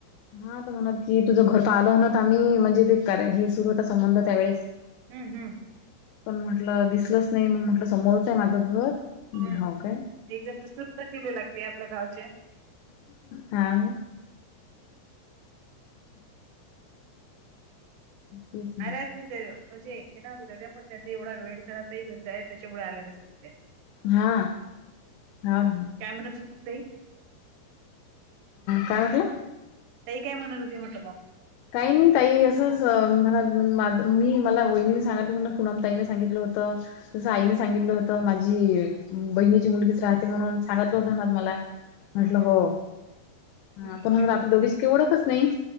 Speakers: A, on the left (about 90°); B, on the right (about 80°).
A: हम्म. हा आता म्हणत की तुझं घर पाहिलं हो ना, आम्ही म्हणजे ते हे सुरू होता संबंध त्यावेेळेस,
B: हम्म हम्म.
A: पण म्हटलं दिसलंच नाही, मग म्हटलं समोरच आहे माझं घर.
B: <unintelligible>
A: हो काय. हा ना. तेच
B: अराचं <unintelligible> म्हणजे येणार होत्या त्या पण त्यांनी एवढा वेळ झाला, तर घर जाय आहे त्याच्यामुळे आले नसतील ते.
A: हा हा ना.
B: त्या म्हणतं होती, मगं ताई.
A: काय म्हटला.
B: ताई काय म्हणत होती म्हटल मग.
A: काही नाही ताई असंच म्हणा, माझ मी मला वहिणीने सांगलं म्हण पुनम ताईने सांगितलं होतं. जसं आईने
B: हम्म
A: सांगितलं होतं माझी, बहिणीची मुलगीच राहते म्हणून सांगितलं होत ना मला. म्हटलं
B: हम्म
A: हो, हा
B: हम्म
A: पण म्हंटल आपली दोघीची काय ओळखच नाही.